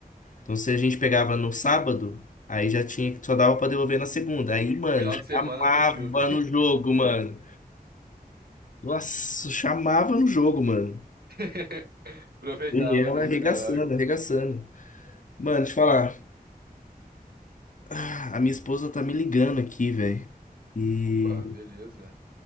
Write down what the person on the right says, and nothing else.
Final
de semana do filme.
<laughs> Aproveitava,
né?
Caraca.
Opa, beleza.